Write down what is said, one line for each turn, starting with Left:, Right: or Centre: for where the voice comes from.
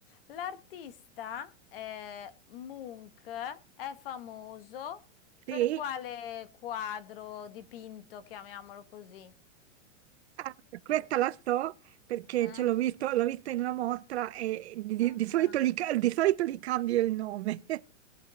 Left: L'artista eh, Munch è famoso per
Right: sì?
Left: quale quadro dipinto, chiamiamolo così?
Right: Ah, Questa
Left: Il...
Right: la so perché
Left: Ah.
Right: ce l'ho visto, l'ho vista in una mostra e di, di-
Left: Ah.
Right: di solito, li, ca- di solito gli cambio il nome. <laughs>